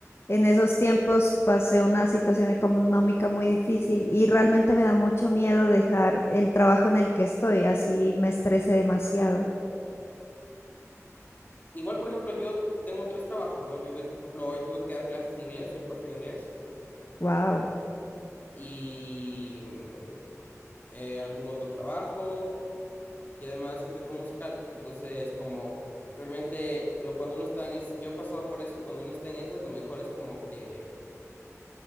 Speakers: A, on the left; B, on the left.
A: en esos tiempos pasé una situación económica muy difícil y realmente me da mucho miedo dejar el trabajo en el que estoy, así me estresé demasiado.
B: Igual, por ejemplo, yo tengo tres trabajos, ¿no? Yo, de, por ejemplo, hoy tuve que dar clases de inglés, soy profe de inglés,
A: Wow.
B: y mm, eh, algún otro trabajo, y además el teatro musical. Entonces, como realmente, lo, cuando uno está en es, yo he pasado por eso, y cuando uno está en esas, lo mejor es como que,